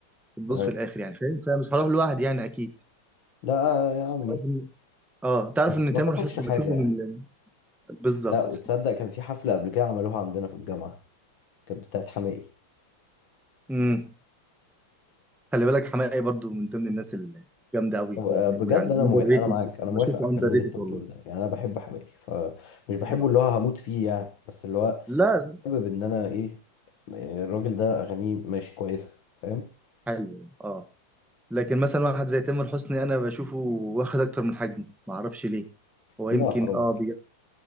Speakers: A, in the centre; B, on the left.
A: بتبوظ
B: آه،
A: في الاخر يعني فاهم فمش هروح لوحدي يعني اكيد
B: لا يا عمي
A: تعرف ان اه تعرف
B: ما
A: ان
B: ما
A: تامر
B: فاتكش
A: حسني
B: حاجة
A: بشوفه من
B: يعني
A: بالظبط
B: لا وتصدق كان في حفلة قبل كده عملوها عندنا في الجامعة كانت بتاعت حماقي
A: امم خلي بالك حماقي برضو من ضمن الناس الجامده قوي
B: طب، آه، بجد
A: ويعني
B: انا
A: اندر
B: موافق
A: ريتد
B: انا معاك انا
A: بشوفه
B: موافق على الكلام
A: اندر ريتد
B: اللي انت بتقوله
A: والله
B: ده يعني انا بحب حماقي فمش بحبه
A: آه.
B: اللي هو هموت فيه يعني بس اللي هو
A: لا
B: حابب ان انا ايه آه، الراجل ده اغانيه ماشي كويسة فاهم
A: حلو اه لكن مثلا واحد زي تامر حسني انا بشوفه واخد اكتر من حجمه ما اعرفش ليه هو
B: لا
A: يمكن
B: حرام
A: اه
B: عليك